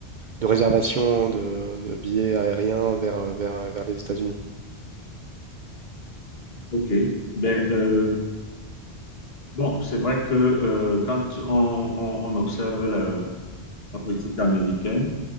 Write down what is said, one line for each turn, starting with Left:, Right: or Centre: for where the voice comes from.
Right: de réservation de, de billets aériens vers, vers, vers les États-Unis.
Left: OK. Ben, euh, bon, c'est vrai que euh, quand on, on- on observe la, la politique américaine,